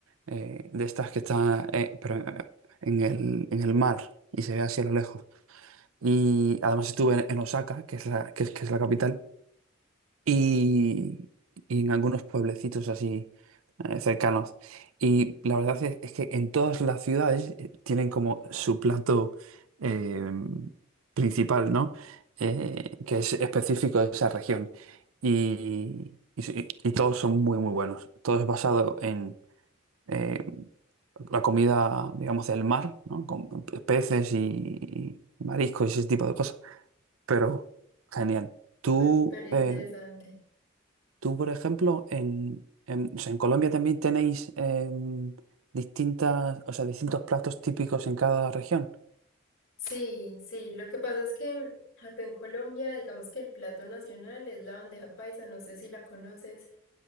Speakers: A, on the right; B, on the left.
A: eh, de estas que está eh, pero, eh, en el, en el mar y se ve así a lo lejos. Y además estuve en, en Osaka, que es la, que es, que es la capital, y, y en algunos pueblecitos así eh, cercanos. Y la verdad es, es que en todas las ciudades eh, tienen como su plato eh, principal, ¿no? Eh, que es específico de esa región. Y, y, sí, y todos son muy, muy buenos. Todo es basado en eh, la comida, digamos, del mar, ¿no? Con peces y, y mariscos y ese tipo de cosas. Pero genial. ¿Tú,
B: Súper interesante.
A: eh, Tú, por ejemplo, en, en, o sea, en Colombia también tenéis em, distintas, o sea, distintos platos típicos en cada región.
B: Sí, sí, lo que pasa es que acá en Colombia, digamos que el plato nacional es la bandeja paisa, no sé si la conoces.